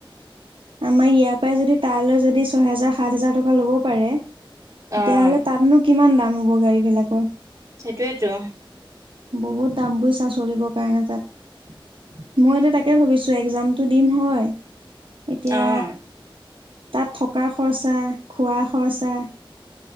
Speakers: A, on the right (about 70°); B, on the right (about 35°).
A: আমাৰ ইয়াৰ পৰাই যদি তালৈ যদি ছ হেজাৰ সাত হাজাৰ টকা ল'ব পাৰে তেতিয়াহ'লে
B: অঁ
A: তাতনো কিমান দাম হ'ব গাড়ী বিলাকৰ?
B: সেইটোৱেইেতো।
A: বহুত দাম বুইছা চলিবৰ কাৰণে তাত। মইটো তাকে ভাবিছো এক্জামতটো দিম হয়। এতিয়া,
B: অঁ
A: তাত থকা খৰচা খোৱা খৰচা।